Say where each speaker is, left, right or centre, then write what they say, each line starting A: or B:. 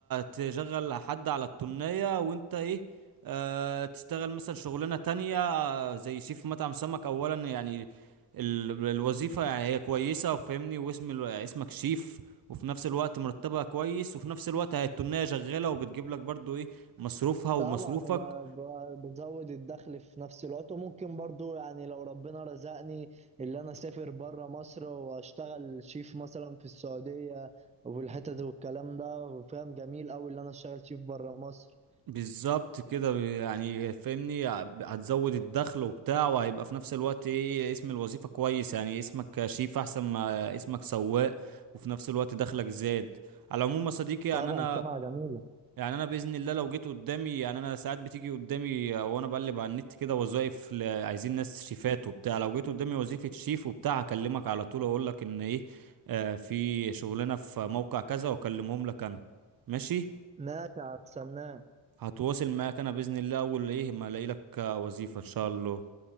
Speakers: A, on the right; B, on the right.
A: تشغل حد على التونية وانت ايه آه تشتغل مثلا شغلانه تانية آه، زي شيف مطعم سمك اولا يعني ال- الوظيفه يعني هي كويسه فاهمني واسم ال- اسمك شيف وفي نفس الوقت مرتبها كويس وفي نفس الوقت هي التونية شغاله وبتجيب لك برضو ايه مصروفها ومصروفك
B: طبعا يبقى ب- بزود الدخل في نفس الوقت وممكن برضو يعني لو ربنا رزقني اللي انا اسافر بره مصر واشتغل شيف مثلا في السعودية وفي الحتت والكلام ده فاهم جميل اوي اللي انا اشتغل شيف بره مصر
A: بالظبط كده يعني فاهمني هتزود الدخل وبتاع وهيبقى في نفس الوقت ايه اسم الوظيفة كويس يعني اسمك شيف احسن ما اسمك سواق وفي نفس الوقت دخلك زاد على العموم يا صديقي يعني
B: طبعا
A: انا
B: سمعة جميلة
A: يعني انا بإذن الله لو جيت قدامي يعني انا ساعات بتيجي قدامي وانا بقلب على النت كده وظائف ل- عايزين ناس شيفات وبتاع لو جيت قدامي وظيفة شيف وبتاع هكلمك على طول اقول لك ان ايه آه في شغلنا في موقع كذا واكلمهم لك انا ماشي
B: ماشي هستناه
A: هتواصل معاك انا باذن الله اول ايه ما الاقي لك وظيفه ان شاء الله